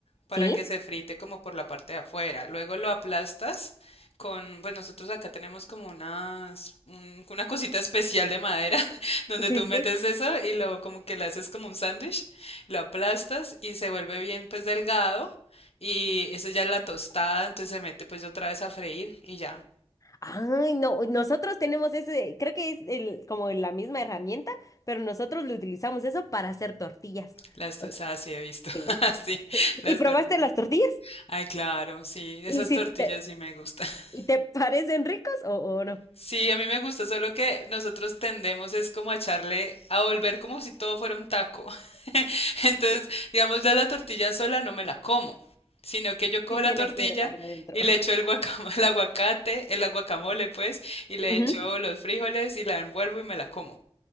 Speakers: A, on the left (about 75°); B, on the left (about 35°).
A: para
B: ¿sí?
A: que se frite como por la parte de afuera. Luego lo aplastas con, pues nosotros acá tenemos como unas, un- una cosita especial de madera <laughs> donde
B: Sí, sí,
A: tú metes
B: sí.
A: eso y luego como que le haces como un sándwich, lo aplastas y se vuelve bien pues delgado y eso ya es la tostada, entonces se mete pues otra vez a freír y ya.
B: Ay, no, nosotros tenemos ese, creo que es el, como la misma herramienta, pero nosotros lo utilizamos eso para hacer tortillas.
A: Las tostadas
B: O sea,
A: sí he visto, <laughs>
B: eh,
A: así,
B: ¿y
A: las
B: probaste
A: tortillas.
B: las tortillas?
A: Ay, claro, sí, esas
B: ¿Y si
A: tortillas
B: te,
A: sí me gustan. <laughs>
B: y te parecen ricos o, o no?
A: Sí, a mí me gusta, solo que nosotros tendemos es como a echarle, a volver como si todo fuera un taco. <laughs> Entonces, digamos, la, la tortilla sola no me la como, sino que yo cojo
B: Sí tiene
A: la tortilla
B: que ir algo adentro.
A: y le echo el guacam- <laughs> el aguacate, el guacamole pues, y le
B: Ujú.
A: echo los frijoles y la envuelvo y me la como.